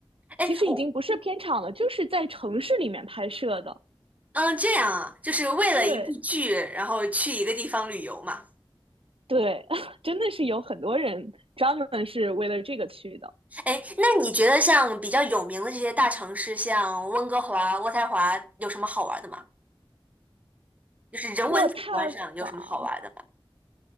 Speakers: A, on the right; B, on the right.
A: 哎，
B: 其实已经不是片场了，
A: 我
B: 就是在城市里面拍摄的。
A: 嗯，这样啊，就是为了一部剧，
B: 对，
A: 然后去一个地方旅游嘛。
B: 对，<laughs> 真的是有很多人专门是为了这个去的。
A: 哎，那你觉得像比较有名的这些大城市，像温哥华、渥太华，有什么好玩的吗？就是人文景观上有什么好玩的吗？
B: 渥太华